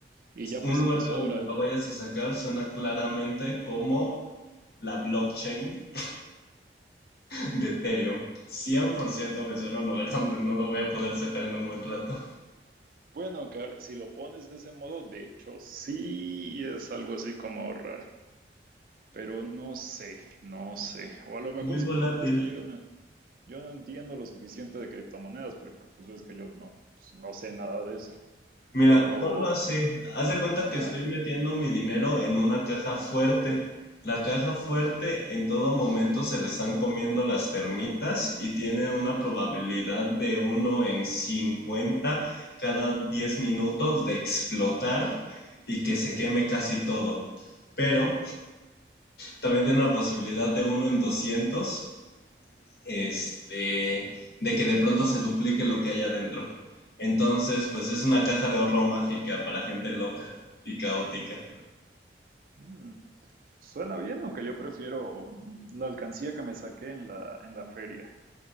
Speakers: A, on the right; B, on the left.
A: Y ya
B: Un
A: pues si
B: lugar
A: te sobra,
B: de donde lo vayas a sacar suena claramente como la blockchain de Ethereum. cien por ciento me suena un lugar donde no lo voy a poder sacar en un buen rato.
A: bueno, que ahora- si lo pones de ese modo, de hecho sí es algo así como ahorrar, pero no sé, no sé. O a lo mejor
B: Muy
A: simplemente
B: volátil.
A: es que yo no, yo no entiendo lo suficiente de criptomonedas, porque pues ves que yo no, pues, no sé nada de eso.
B: Mira,
A: Pero
B: ponlo así. Haz de cuenta
A: Ajá.
B: que estoy metiendo mi dinero en una caja fuerte. La caja fuerte en todo momento se le están comiendo las termitas y tiene una probabilidad de uno en 50 cada 10 minutos de explotar y que se queme casi todo. Pero también tiene la posibilidad de uno en 200 este, de que de pronto se duplique lo que hay adentro. Entonces, pues es una caja de ahorro mágica para gente loca y caótica.
A: Mm. Suena bien, aunque yo prefiero mm, la alcancía que me saqué en la, en la feria.